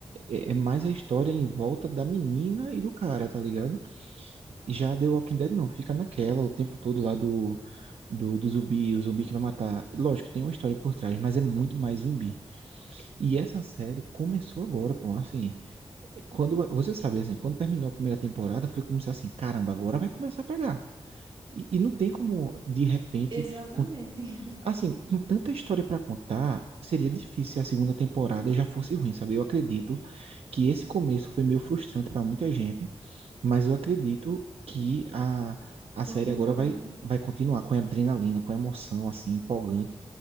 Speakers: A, on the right; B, on the right.
A: É, é mais a história em volta da menina e do cara, tá ligado? Já The Walking Dead não, fica naquela o tempo todo lá do, do, do zumbi, o zumbi que vai matar. Lógico, tem uma história por trás, mas é muito mais zumbi. E essa série começou agora, pô. Assim, quando você sabe, assim, quando terminou a primeira temporada, foi como se assim, caramba, agora vai começar a pegar. E, e não tem como, de repente,
B: Exatamente.
A: com-
B: <laughs>
A: assim, com tanta história para contar, seria difícil se a segunda temporada já fosse ruim, sabe? Eu acredito que esse começo foi meio frustrante para muita gente, mas eu acredito que a, a
B: Continuar.
A: série agora vai, vai continuar com adrenalina, com emoção, assim, empolgante.